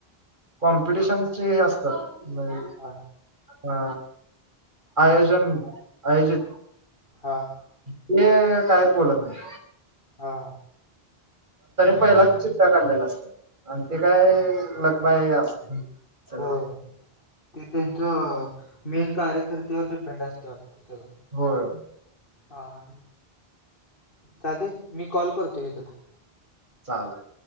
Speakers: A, on the right; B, on the left.
A: कॉम्पिटिशनचे हे अस म्हणजे
B: हा
A: अ आयोजन, आयोजित
B: हा.
A: ते काय बोलत नाही.?
B: हा.
A: पहिलाच चिठ्ठ्या काढलेला असतात. आणि ते काय लक बाय असत चला
B: हो ते त्यांचं मेन कार्यकर्तेवर डिपेंड असतय वाटत सगळं
A: होय.?
B: हा हा चालतय, घे मी कॉल करतो घे तुला
A: चालल